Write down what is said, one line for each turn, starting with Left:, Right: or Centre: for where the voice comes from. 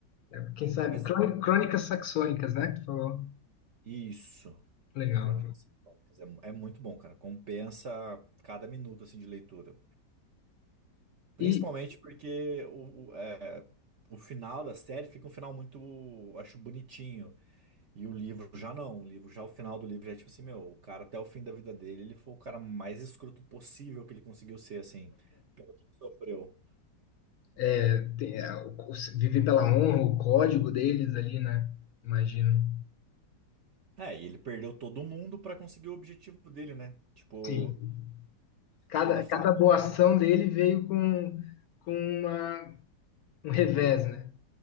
Left: É, Quem sabe?
Right: Mas
Left: Crôni- Crônicas saxônicas, né? Que tu falou.
Right: isso,
Left: Legal.
Right: Crônicas Salomônicas, é, é muito bom, cara. Compensa cada minuto assim de leitura. Principalmente
Left: E
Right: porque o, o, é, o final da série fica um final muito, acho bonitinho. E o livro já não. O livro já o final do livro já é tipo assim, meu, o cara até o fim da vida dele, ele foi o cara mais escroto possível que ele conseguiu ser, assim, pelo que ele sofreu.
Left: é, tem, é, o- o- viver pela honra, o código deles ali, né? Imagino.
Right: É, e ele perdeu todo mundo pra conseguir o objetivo dele, né? Tipo,
Left: Sim, Cada,
Right: toda a família.
Left: cada boa ação dele veio com, com uma, um revés, né?